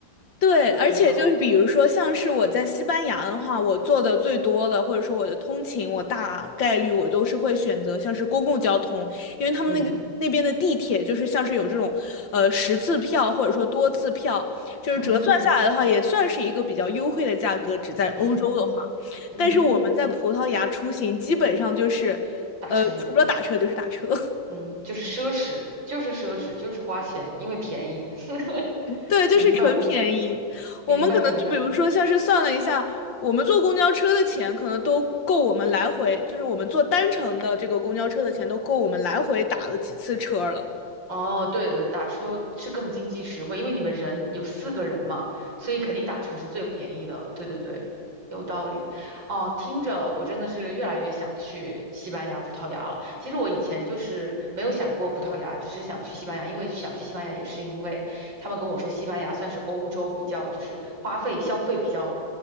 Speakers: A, on the left; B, on the right.
A: 对，而且就是比如说，
B: 真好，
A: 像是我在西班牙的话，我做的最多的，或者说我的通勤，我大概率我都是会选择像是公共交通，因为他们那个那边的地铁就是像是有这种呃十次票或者说多次票，
B: 嗯。
A: 就是折算下来的话，
B: 嗯
A: 也算是一个比较优惠的价格，只在欧洲的话。
B: 嗯嗯，
A: 但是我们在葡萄牙出行，基本上就是呃除了打车就是打车。
B: 打车，嗯，就是奢侈，就是奢侈，就是花钱，因为便宜。<laughs>
A: 对，就是纯便宜。
B: 明白，明白，明白，
A: 我们可能就比如说，
B: 明白。
A: 像是算了一下，我们坐公交车的钱可能都够我们来回，就是我们坐单程的这个公交车的钱都够我们来回打了几次车了。
B: 哦，对对对，打车是更经济实惠，因为你们人有四个人嘛，所以肯定打车是最便宜的。对对对，有道理。哦，听着我真的是越来越想去西班牙、葡萄牙了。其实我以前就是没有想过葡萄牙，只是想去西班牙，因为想去西班牙也是因为他们跟我说西班牙算是欧洲比较就是花费消费比较。